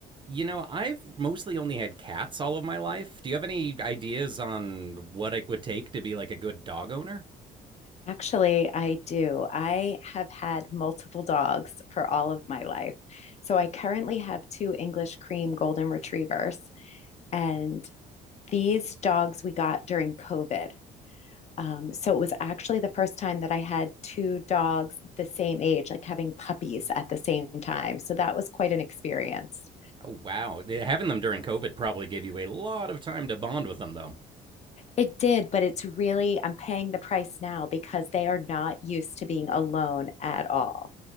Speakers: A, on the right; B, on the left.
A: You know, I've mostly only had cats all of my life. Do you have any ideas on what it would take to be like a good dog owner?
B: Actually, I do. I have had multiple dogs for all of my life. So I currently have two English cream golden retrievers, and these dogs we got during COVID. Um, so it was actually the first time that I had two dogs the same age, like having puppies at the same time. So that was quite an experience.
A: Oh, wow. Eh, Having them during COVID probably gave you a lot of time to bond with them, though.
B: It did, but it's really, I'm paying the price now because they are not used to being alone at all.